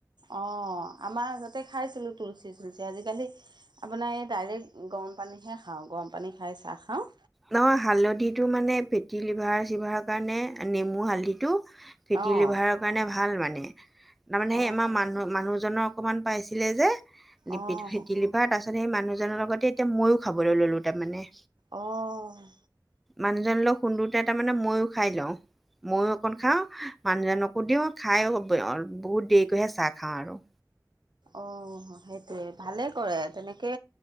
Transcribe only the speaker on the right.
অ', 'আমাৰ আগতে খাইছিলোঁ তুলসী চুলচী আজিকালি আপোনাৰ এই ডাইৰেক্ট গৰম পানীহে খাওঁ গৰম পানী খাই চাহ খাওঁ।
অ',
অ',
অ',
অ'।
অ', সেইটোৱে ভালে কৰে তেনেকে